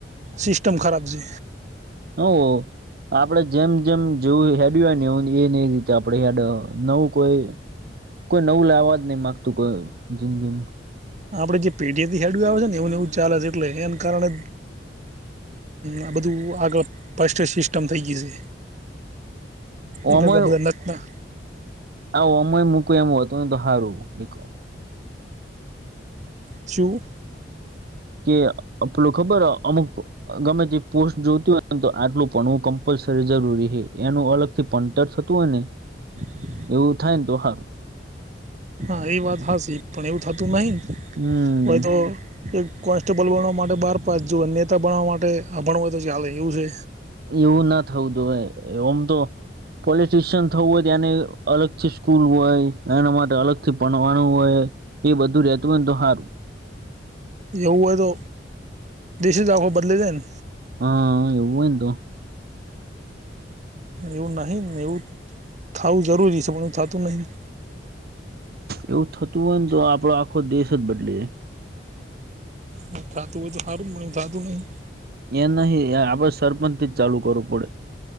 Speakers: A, on the right; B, on the right.
A: સિસ્ટમ ખરાબ છે
B: હવ આપડે જેમ જેમ જેવું હેડ હોય ને એવું એ ન એ રીતે આપડે હેડ નવું કોઈ કોઈ નવું લાવવા જ નહી માગતું કોઈ જિંદગી
A: આપડે જે પેટી થી હેડવી આવે છે ને એવુંને એવું ચાલે છે એટલે એને કારણે આ બધું આગળ પસ્ટ સિસ્ટમ થઈ ગઈ છે એટલે
B: ઓમય
A: તો આ બધા નતના
B: આ ઓમય મૂક એમ હો ત દહાારું એક
A: જું
B: કે પલું ખબર અમુક ગમે તે પોસ્ટ જોતી હોય ને તો આટલું ભણવું કમ્પલસરી જરૂરી છે એનું અલગ થી પટર થતું હોય ને
A: હ
B: ઉઠાયને તો હાર
A: હા એ વાત હા પણ એવું થતું નહી
B: હમ
A: કોય તો એક કોન્સ્ટેબલ બણવા માટે બાર પાસ જુ નેતા બણવા માટે ભણવય તો ચાલે એવું છે
B: એવું ના થવ દું ભવે એમ તો પોલિટિશિયન થવું હોય તો એને અલગ થી સ્કૂલ હોય એના માટે અલગથી ભણવાનું હોય એ બધું ર રહેતું હોયને તો સારું
A: હય તો દેશ ચ આખો બદલે દેને
B: હા એવ તો
A: એવું નહીિ ને એવું થાવું જરૂરી છે પણ હ થતું નહીિ
B: એવું થતું હોય ને તો આપડો આખો દેશ જ બદલે જાય
A: હ થતું હોય તો સારું થતું નહીિ
B: એ નહ આપડે સરપંચ થી જ ચાલુ કરવું પડે